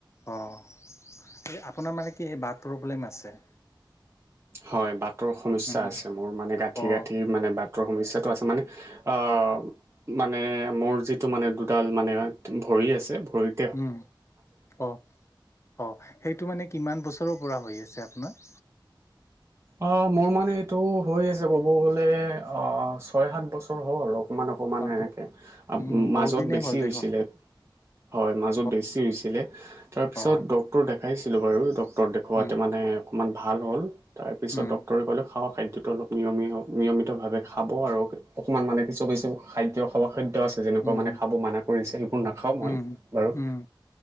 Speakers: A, on the left; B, on the right.
A: অঁ এই আপোনাৰ মানে কি এই বাট প্ৰব্লেম আছে
B: হয় বাটৰ সমস্যা
A: উম
B: আছে মোৰ মানে গাঁঠি
A: অ
B: গাঁঠি মানে বাটৰ সমস্যাটো আছে মানে আহ মানে মোৰ যিটো মানে দুডাল মানে ভৰি আছে ভৰিত
A: উম অঁ অঁ সেইটো মানে কিমান বছৰৰ পৰা হৈ আছে আপোনাৰ?
B: অ মোৰ মানে এইটো হৈ আছে ক'ব গ'লে অ ছয় সাত বছৰ হ'ল অলপ অকমান অকমান
A: বাবু
B: এনেকে আ
A: উম বহুত
B: মাজত
A: দিনেই
B: বেছি
A: হ'ল
B: হৈছিলে
A: দেখোন
B: হয় মাজত
A: অ
B: বেছি হৈছিলে তাৰপিছত
A: অ
B: ডক্তৰ দেখাইছিলোঁ বাৰু ডক ক্তৰ দেখোৱাতে
A: উম
B: মানে অকণমান ভাল হ'ল তাৰপিছত
A: উম
B: ডক্তৰে ক'লে খাৱা খাদ্যটো অলপ নিয়মীয়া নিয়মিতভাৱে খাব আৰু অকণমান মানে কিছু কিছু খাদ্য খাবা খাদ্য আছে যেনেকুৱা
A: উম
B: মানে খাব মানা কৰিছে সেইবোৰ নাখাওঁ মই
A: উম
B: বাৰু
A: উম